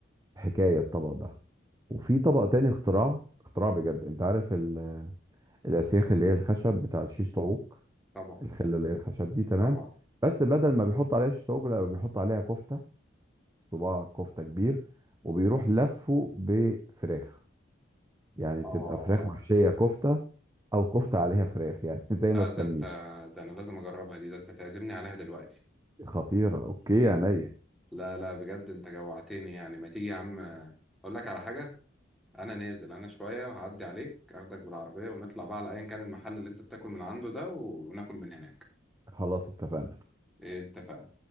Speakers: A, on the right; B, in the centre.
A: حكاية الطبق ده وفي طبق تاني اختراع اختراع بجد انت عارف ال- الاسياخ اللي هي الخشب بتاع شيش طاووق
B: طبعا
A: الخله اللي هي الخشب دي تمام
B: طبعا
A: بس بدل ما بيحط عليها شيش طاووق لا بيحط عليها كفته صباع كفته كبير وبيروح لفه بفراخ يعني
B: آه
A: بتبقى فراخ محشيه كفته او كفته عليها فراخ يعني <laughs> زي
B: لا
A: ما تسميها
B: ده أنت ده أنا لازم أجربها دي ده أنت تعزمني عليها دلوقتي
A: خطيره اوكي عينيا
B: لا لا بجد أنت جوعتني يعني ما تيجي يا عم أقول لك على حاجة أنا نازل أنا شوية وهعدي عليك أخدك بالعربية ونطلع بقى على أيا كان المحل اللي أنت بتاكل من عنده ده وناكل من هناك
A: خلاص اتفقنا
B: إيه، اتفقنا